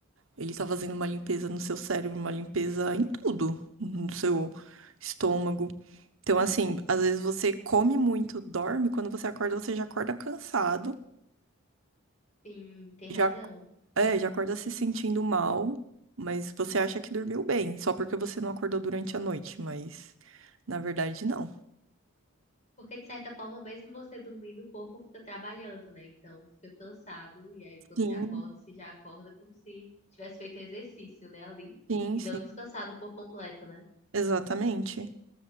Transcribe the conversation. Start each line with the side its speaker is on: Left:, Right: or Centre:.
Right: Ele está fazendo uma limpeza no seu cérebro, uma limpeza em tudo, no seu estômago. Então, assim, às vezes você come muito, dorme, quando você acorda, você já acorda cansado.
Left: Sim, tem razão.
Right: Já, é, já acorda se sentindo mal, mas você acha que dormiu bem, só porque você não acordou durante a noite, mas na verdade não.
Left: Porque, de certa forma, mesmo você dormindo, o corpo fica trabalhando, né? Então, fica cansado. E aí, quando
Right: Sim,
Left: você acorda, você já acorda como se tivesse feito exercício, né? Ali.
Right: sim,
Left: E
Right: sim.
Left: não descansado por completo, né?
Right: Exatamente.